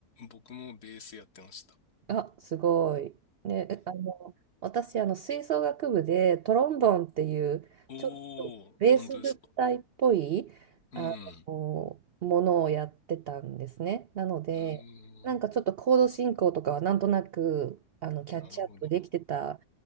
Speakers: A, on the left (about 80°); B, on the right (about 85°).
A: 僕もベースやってました。
B: あ、すごい。ね、えあの、私、あの、吹奏楽部でトロンボンっていう、
A: おー、
B: ちょっとベース部隊っぽい、
A: 本当ですか。うん。
B: あの、ものをやってたんですね。なので、
A: うーん。
B: なんかちょっとコード進行とかはなんとなく、あの、キャッチアップできてたん
A: なるほど。